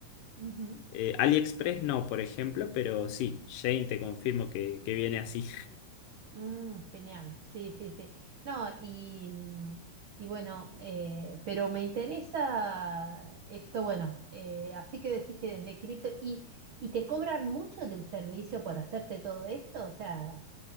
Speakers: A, on the right; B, on the left.
A: Ujú.
B: Eh, AliExpress no, por ejemplo, pero sí, Shane te confirmo que, que viene así.
A: Mm, genial, sí, sí, sí. No, y, mm, y bueno, eh, pero me interesa esto, bueno, eh, así que decís que desde cripto, y, ¿y te cobran mucho del servicio por hacerte todo esto? O sea,